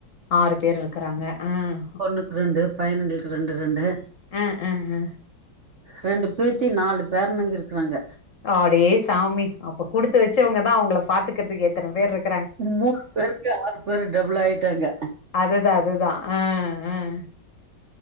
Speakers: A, on the left; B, on the right.
A: ஆறு பேர் இருக்றாங்க ம்
B: பெணுக்கு ரெண்டு பையன்ங்களுக்கு ரெண்டு ரெண்டு
A: ம் ம் ம்
B: ரெண்டு பேத்தி நாலு பேரனுங்க இருக்கிறாங்க
A: அடே சாமி அப்ப குடுத்து வச்சவங்க தா அவங்கள பாத்துக்கறதுக்கு எத்தன பேர் இருக்
B: மூணு பேருக்கு ஆறு பேரு டபுள் ஆய்டாங்க
A: அதுதா அதுதா ம்